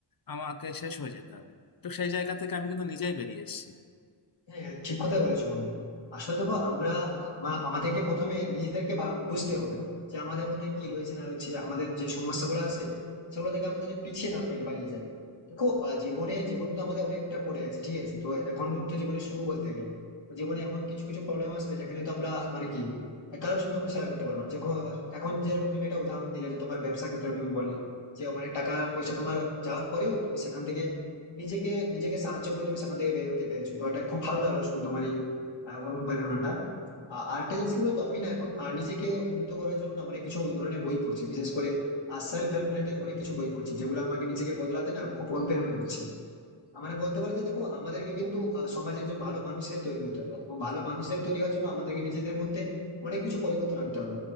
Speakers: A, on the left; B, on the left.
A: আমাকে শেষ হয়ে যেতে হবে তো সেই জায়গা থেকে আমি কিন্তু নিজেই বেরিয়ে এসেছি
B: হ্যাঁ হ্যাঁ, ঠিক কথাই বলেছো মামনি আসলে দেখো আমরা আমা- আমাদেরকে প্রথমে নিজেদেরকে ভাব- বুঝতে হবে যে আমাদের মধ্যে কি রয়েছে না রয়েছে আমাদের যে সমস্যাগুলো আছে সেগুলো থেকে আমরা যাতে পিছিয়ে না পেলে পালিয়ে যাই দেখো আহ, জীবনে জীবন কিন্তু আমাদের অনেকটা পড়ে আছে ঠিক আছে তো এখন তো জীবনে শুরু বলতে গেলে তো জীবনে এমন কিছু কিছু প্রবলেম আসবে যেখানে তো আমরা মানে কি কারোর সঙ্গে কোনো শেয়ার করতে পারবো না যে ক- এখন যেরকম তুমি একটা উদাহরণ দিলে যে তোমার ব্যবসার ক্ষেত্রে তুমি বললে যে অনেক টাকা পয়সা তোমার যাওয়ার পরেও তুমি সেখান থেকে নিজেকে নিজেকে সাহায্য করে তুমি সেখান থেকে বের হতে পেরেছো তো এটা খুব ভালো লাগলো শুনে তোমার এই আহ, অনুপ্রেরণাটা আ- আরেকটা জিনিস কি বলতো আমি না এখন আহ, নিজেকে উন্নত করার জন্য না অনেক কিছু ওই ধরনের বই পড়ছি বিশেষ করে সেলফ হেল্প রিলেটেড অনেক কিছু বই পড়ছি যেগুলো আমাকে নিজেকে বদলাতে না খুব অনুপ্রেরণা দিচ্ছে মানে বলতে পারি যে দেখো আমাদেরকে কিন্তু আহ, সমাজের একজন ভালো মানুষ হিসেবে তৈরি হতে হবে এবং ভালো মানুষ হিসেবে তৈরি হওয়ার জন্য আমাদেরকে নিজেদের মধ্যে অনেক কিছু পরিবর্তন আনতে হবে